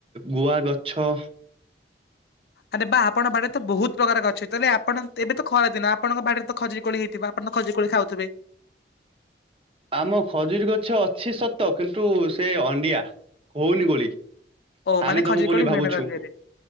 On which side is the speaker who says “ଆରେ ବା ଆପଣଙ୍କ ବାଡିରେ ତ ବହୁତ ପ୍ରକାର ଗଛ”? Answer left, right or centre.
Left